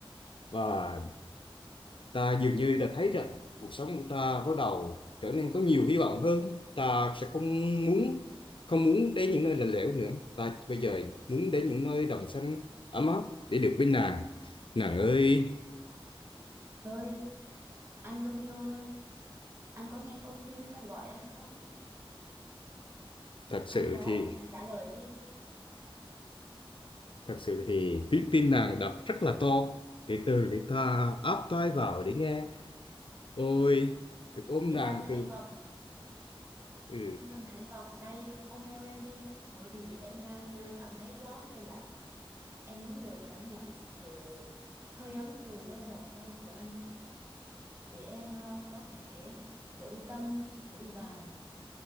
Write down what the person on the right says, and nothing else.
Ơi, anh Romeo ơi, anh có nghe con tim em đang gọi anh không?
Anh có
thì anh trả lời đi.
Xin
anh hãy
vòng,
xin anh hãy vòng tay ôm eo em đi, bởi vì em đang ờ, cảm thấy gió hơi lạnh. Em muốn được cảm nhận sự hơi ấm từ đôi vòng tay của anh để em ờ, có thể vững tâm, vững vàng